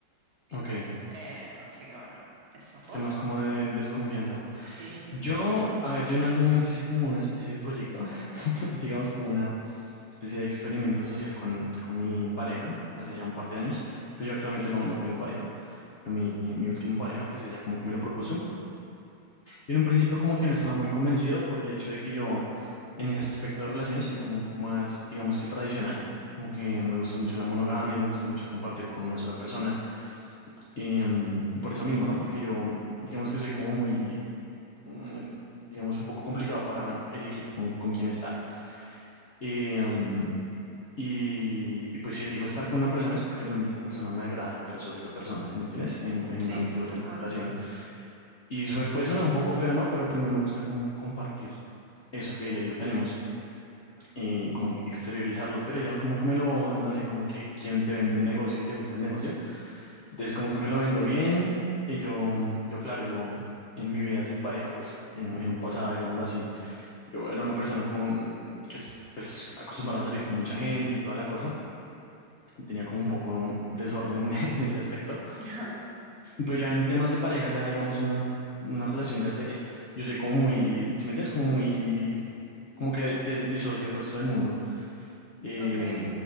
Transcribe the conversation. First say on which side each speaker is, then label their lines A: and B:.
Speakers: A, on the left; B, on the right.
A: ok.
B: Eh, así que bueno, eso.
A: Este
B: ¿Vos?
A: más como de desconfianza.
B: Sí,
A: Yo, a ver, yo en algún momento hice como una especie de proyecto, <laughs> digamos como una especie de experimento social con, con mi pareja, hace ya un par de años, pero yo actualmente no, no tengo pareja, pero mi, mi última pareja, pues ella como que me lo propuso. Y en un principio como que no estaba muy convencido por el hecho de que yo en ese aspecto de relaciones soy como un poco más, digamos que tradicional, como que me gusta mucho la monogamia, me gusta mucho compartir con una sola persona, em, y por eso mismo, ¿no? Porque yo, digamos que soy como muy mm, digamos, un poco complicado para elegir con, con quién estar. Eh, um, y, y, pues si elijo estar con una persona es porque realmente esa persona me agrada, pero sobre esa persona, ¿sí me entiendes? En, en
B: sí,
A: un ámbito
B: tal
A: de
B: cual.
A: relación. Y su- puede sonar un poco feo, ¿no? Pero pues no me gusta como compartir eso que ella y yo tenemos, eh, como exteriorizarlo, pero ya como que me lo, no sé, como que quien te vende un negocio y te gusta el negocio, entonces como que me lo vendo bien, y yo, yo claro, yo en mi vida sin pareja, pues en, en un pasado, digámoslo así, Yo era una persona con, que es pues, acostumbrada a salir con mucha gente y toda la cosa. Tenía como un poco un desorden <laughs> en ese aspecto.
B: <laughs>
A: Pero ya en temas de pareja, ya digamos una, una relación ya seria, yo soy como muy, ¿sí me entiendes? Como muy, como que de- disocio del resto del mundo. eh,
B: Ok.